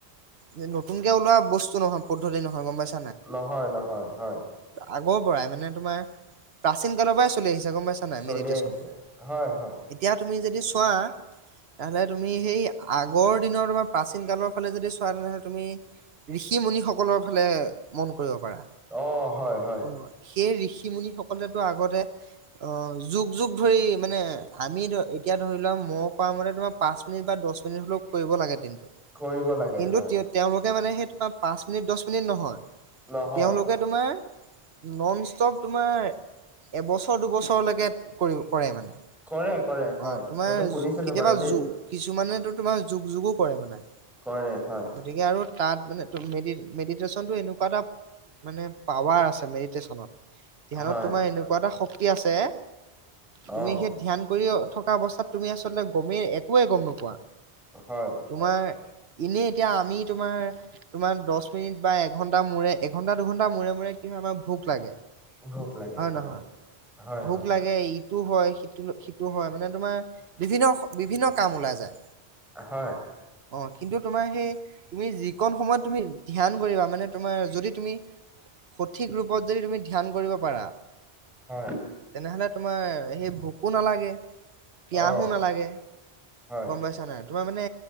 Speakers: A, on the right; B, in the centre.
A: যে নতুনকে ওলোৱা বস্তু নহয় পদ্ধতি নহয় গম পাইছো
B: নহয় নহয় হয়
A: আগৰ পৰাই মানে তোমাৰ প্ৰাচীন কালৰ পৰাই চলি আহিছে গম পাইছে
B: চলি
A: মেধি ৰেচন
B: আহিছে হয় হয়
A: এতিয়া যদি তুমি খোৱা তেহলে তুমি সেই আগৰ দিনৰ তোমাৰ প্ৰাচীন কালৰ ফালে যদি চোৱা তেনেহ'লে তুমি ঋষি মুনি সকলৰ ফালে মন কৰিব পাৰা
B: অ হয় হয়
A: অ সেই ঋষি মুুনি সকলে তো আগতে অ যুগ যুগ ধৰি মানে আমি ধ এতিয়া ধৰি লোৱা ম কৰা মতে তোমাৰ পাঁচ মিনিট বা দহ মিনিট হ'লেও কৰিব লাগে দিনটো
B: কৰিব লাগে
A: কিন্তু
B: হয়
A: তেওঁ তেওঁলোকে মানে সেই তোমাৰ পাঁচ মিনিট দহ মিনিট নহয়
B: নহয়
A: তেওঁলোকে তোমাৰ ন ষ্টপ তোমাৰ এবছৰ দুবছৰলৈকে কৰে মানে
B: কৰে কৰে হয়
A: অ তোমাৰ
B: সেইটো শুনিছিলো
A: কেতিয়াবা
B: বাৰু দেই
A: কিছুমানে তোমাৰ যুগ যুগো কৰে মানে
B: কৰে, হয়।
A: গতিকে আৰু তাত মানে, মে মেডিটেশ্যনতটো এনেকুৱা এটা, মানে পাৱাৰ আছে মেডিটেশ্যনত। ধ্যানত
B: হয়
A: তোমাৰ এনেকুৱা এটা শক্তি আছে, তুমি
B: অ
A: সেই ধ্যান কৰিয়ে থকা অৱস্থাত তুমি আচলতে গমেই একোৱে গম নোপোৱা।
B: হয়
A: তোমাৰ এনে এতিয়া আমি তোমাৰ-তোমাৰ দহ মিনিট বা এঘণ্টা মূৰে এঘণ্টা, দুঘণ্টা মূৰে-মূৰে আমাৰ ভোক লাগে,
B: ভোক লাগে
A: হয়-নহয়?
B: হয় হয়
A: ভোক
B: হয়
A: লাগে ই ইটো হয় সিটো-সিটো হয়, মানে তোমাৰ বিভিন্ন-বিভিন্ন কাম ওলাই যায়।
B: হয়।
A: অ, কিন্তু তোমাৰ সেই, তুমি যিকন সময়ত তুমি ধ্যান কৰিবা, মানে তোমাৰ যদি তুমি সঠিক ৰূপত যদি তুমি ধ্যান কৰিব পাৰা।
B: হয়
A: তেনেহলে তোমাৰ সেই ভোকো নালাগে। পিয়াহো
B: অ
A: নালাগে,
B: হয়
A: গম পাইছা নাই, তোমাৰ মানে